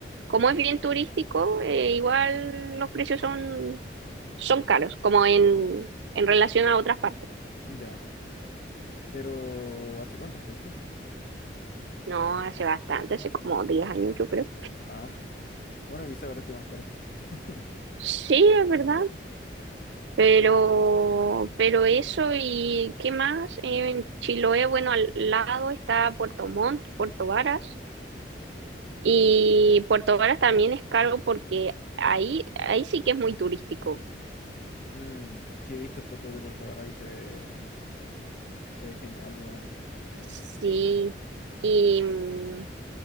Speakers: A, on the right; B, on the left.
A: como es bien turístico, eh, igual los precios son, son caros, como en, en relación a otras partes.
B: Ya, pero ¿hace cuánto fuiste?
A: No, hace bastante, hace como 10 años yo creo.
B: Ah, <laughs> bueno, quizá ahora esté más caro. <laughs>
A: Sí, es verdad, Pero, pero eso y qué más, Eh, en Chiloé, bueno, al lado está Puerto Montt, Puerto Varas, y Puerto Varas también es caro porque ahí, ahí sí que es muy turístico.
B: Mm, sí, he visto fotos de Puerto Varas y se ve, se ve genial, weón.
A: Sí, y mm,